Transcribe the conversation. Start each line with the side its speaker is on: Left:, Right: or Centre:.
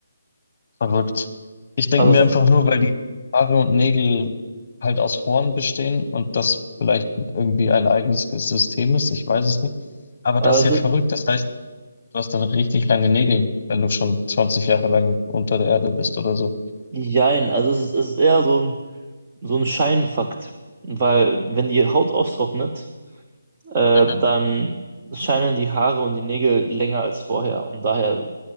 Left: Verrückt. Ich denke
Right: Also,
Left: mir einfach nur, weil die Haare und Nägel halt aus Horn bestehen und das vielleicht irgendwie ein eigenes System ist. Ich weiß es nicht. Aber
Right: äh,
Left: das ist
Right: es
Left: ja
Right: ist,
Left: verrückt. Das heißt, Du hast dann richtig lange Nägel, wenn du schon 20 Jahre lang unter der Erde bist oder so.
Right: jein, also es ist, es ist eher so ein, so ein Scheinfakt. Weil, wenn die Haut austrocknet, äh,
Left: Mhm.
Right: dann scheinen die Haare und die Nägel länger als vorher. Und daher